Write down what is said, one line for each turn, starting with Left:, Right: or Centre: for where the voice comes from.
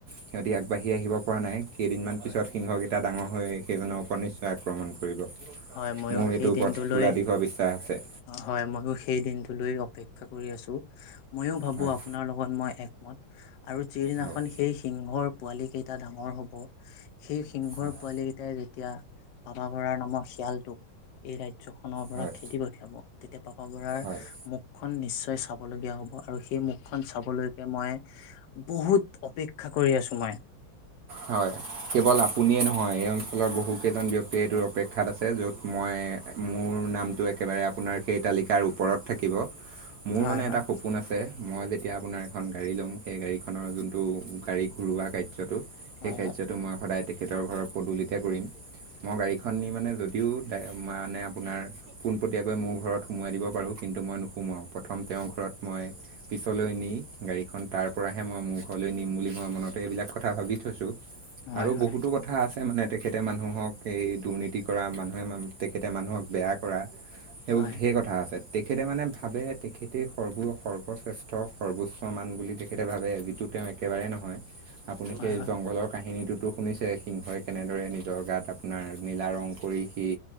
Right: সিহঁতি আগবাঢ়ি আহি আহিব পৰা নাই কেইদিনমান
Left: হয়,
Right: পিছত সিংহকেইটা ডাঙৰ হৈ সেইজনৰ ওপৰত নিশ্চয় আক্ৰমণ কৰিব। মোৰ
Left: হয়, ময়ো
Right: সেইটোৰ
Left: সেই
Right: ওপৰত
Left: দিনটোলৈ
Right: পুৰা দৃঢ় বিশ্বাস আছে।
Left: হয় মইয়ো সেই দিনটোলৈ অপেক্ষা কৰি আছো মইো ভাবো
Right: হয়
Left: আপোনাৰ লগত ম আৰু যিদিনাখন
Right: হয়
Left: সেই সিংহৰ পোৱালি কেইটা ডাঙৰ হব সেই সিংহৰ
Right: হয়
Left: পোৱালি কেইটাই যেতিয়া বাবা বৰাৰ নামত খিয়ালটোক এই ৰাজ্যখনৰ পৰা
Right: হয়
Left: খেদি পঠিয়াব তেতিয়া পাপা বৰাৰ মুখ
Right: হয়
Left: মুখখন নিশ্চয় চাবলগীয়া হ'ব আৰু সেই মুখখন চাবলৈকে মই বহুত অপেক্ষা কৰি আছোঁ মই।
Right: হয় কেৱল আপুনিয়ে নহয় এই অঞ্চলৰ বহুকেইজন ব্যক্তিয়ে এইটোৰ অপেক্ষাত আছে য'ত মই মোৰ নামটো একেবাৰে আপোনাৰ সেই তালিকাৰ ওপৰত থাকিব। মোৰ
Left: হয়
Right: মানে
Left: হয়
Right: এটা সপোন আছে মই যেতিয়া আপোনাৰ এখন গাড়ী ল'ম সেই গাড়ীখনৰ যোনটো গাড়ী ঘূৰৱা কাৰ্যটো, সেই
Left: হয়
Right: খাদ্যটো
Left: হয়
Right: মই সদায় তেখেতৰ ঘৰত পদূলতে কৰিম। মই গাড়ীখন নি মানে যদিও ড মানে আপোনাৰ পোনপটীয়াকৈ মোৰ ঘৰত সোমোৱাই দিব পাৰোঁ কিন্তু মই নোসোমাওঁ প্ৰথম তেওঁৰ ঘৰত মই পিছলৈ নি গাড়ীখন তাৰ পৰাহে মই মোৰ ঘৰলৈ নিম বুলি মই মনতে এইবিলাক কথা ভাবি থৈছোঁ।
Left: হয় হয়
Right: আৰু
Left: হয়
Right: বহুতো কথা কথা আছে মানে তেখেতে মানুহক এই দুৰ্নীতি কৰা মানুহে তেখেতে মানুহক বেয়া কৰা। সেইবোৰ
Left: হয়
Right: ধেৰ
Left: হয়
Right: কথা আছে। তেখেতে মানে ভাবে তেখেতে সৰ্ব সৰ্বশ্ৰেষ্ঠ সৰ্বোচ্চ মমান বুলি তেখেতে ভাবে যিটো তেওঁ একেবাৰে নহয় আপুনি
Left: হয়
Right: সেই জংঘলৰ কাহিনীটোতো শুনিছে সিংহই কেনেদৰে নিজৰ গাত আপোনাৰ নীলা ৰং কৰি সি